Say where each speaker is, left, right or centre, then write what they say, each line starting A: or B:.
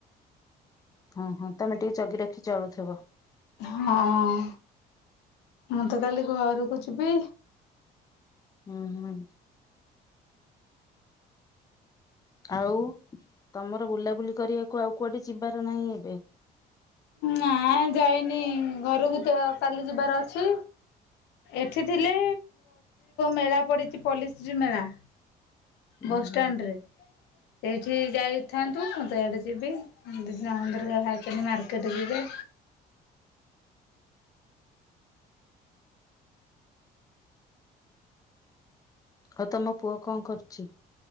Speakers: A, on the left; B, on the left.
A: ହଁ ହଁ ତମେ ଟିକେ ଜଗି ରଖି ଚଳୁଥିବ
B: ହଁ ମୁଁ ତ କାଲି ଘରକୁ ଯିବି
A: ହୁଁ ହୁଁ ଆଉ ତମର ବୁଲାବୁଲି କରିବାକୁ ଆଉ କୁଆଡେ ଯିବାର ନାହିଁ ଏବେ
B: ନା ଯାଇନି ଘରକୁ ତ କାଲି ଯିବାର ଅଛି ଏଠି ଥିଲେ ମେଳା ପଡିଛି ପଲ୍ଲଶ୍ରୀ ମେଳା
A: ଉୁଁ
B: ବସ୍ ଷ୍ଟାଣ୍ଡରେ
A: ହୁଁ
B: ଏଇଠି ଯାଇଥାନ୍ତୁ ମୁଁ ତ ଆଡେ ଯିବି <unintelligible> ମାର୍କେଟ ଯିବେ
A: ଆଉ ତମ ପୁଅ କଣ କରୁଛି?